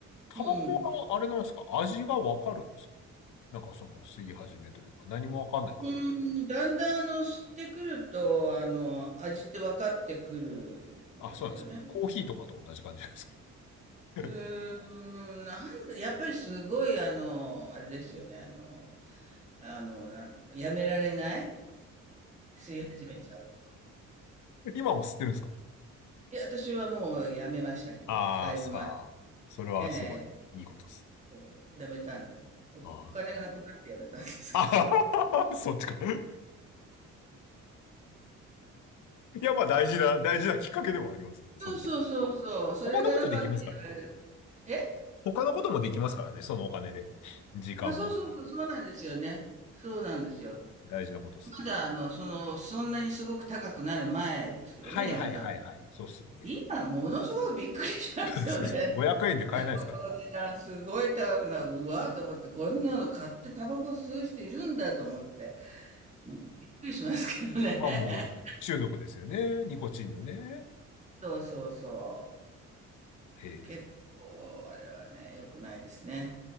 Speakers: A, on the left; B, on the right.
A: タバコは、
B: 代。うん。
A: あれなんですか味がわかるんですかなんかその吸い始めというか、何もわかんない感じなんです
B: うん、だんだんあの、知ってくると、あの、味って分かってくるんですよね。
A: か。あ、そうなんですよ。コーヒーとかと同じ感じなんですか <laughs>
B: うーん、なんだ、やっぱりすごい、あの、あれですよね、あの、あの、なん、やめられない吸い始めちゃう。
A: 今も吸ってるんですか
B: いや、私はもう辞めましたけど、
A: ああ、
B: だいぶ前。
A: さあ、それはすごい、
B: ええ、
A: いいことです。
B: そう、辞めたんです。お金がなくなって辞めたんですけど。
A: あああ <laughs> そっちか。<laughs> いや、まあ大事な、大事なきっかけでもありますよね。
B: <laughs>
A: そんな。
B: そうそうそうそう、それがなかったら辞められな
A: 他のことできますからね。
B: え？
A: 他のこともできますからね、そのお金で。時間も。
B: あ、そうそうそう、そうなんですよね。そうなんですよ。
A: 大事なことです。
B: まだあの、その、そんなにすごく高くなる前ですけどね、
A: はいはいはいはい。
B: 辞めたの。
A: そうっすよね。
B: 今ものすごいびっくりしますよね。
A: <laughs> そうっすね500円で買えないですからね。
B: <laughs> この値段すごい高くなる。うわーと思って、こんなの買ってタバコ吸う人いるんだと思って、うん、びっくりしますけどね。
A: まあもう、中毒ですよね。ニコチンのね。
B: <laughs> そうそうそう。
A: へえ、
B: 結構あれはね、良くないですね。